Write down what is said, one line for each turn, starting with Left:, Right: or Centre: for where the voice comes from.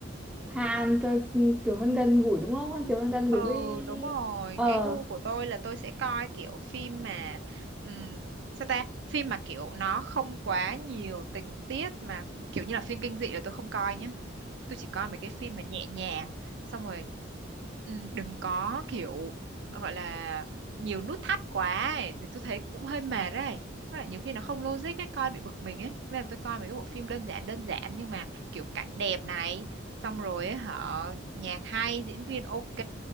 Centre: Hàn rồi ừ, kiểu hơn gần gũi đúng không? Kiểu hơn gần
Right: Ừ
Centre: gũi với
Right: đúng rồi
Centre: ờ
Right: cái gu của tôi là tôi sẽ coi kiểu phim mà ừm, sao ta phim mà kiểu nó không quá nhiều tình tiết mà kiểu như là phim kinh dị là tôi không coi nhá tôi chỉ coi mấy cái phim mà nhẹ nhàng xong rồi ừ, đừng có kiểu gọi là nhiều nút thắt quá ấy. thì tôi thấy cũng hơi mệt đấy Với lại nhiều khi nó không logic ấy coi bị bực mình ấy nên là tôi coi mấy cái bộ phim đơn giản đơn giản nhưng mà kiểu cảnh đẹp này xong rồi ấy, hả nhạc hay diễn viên ok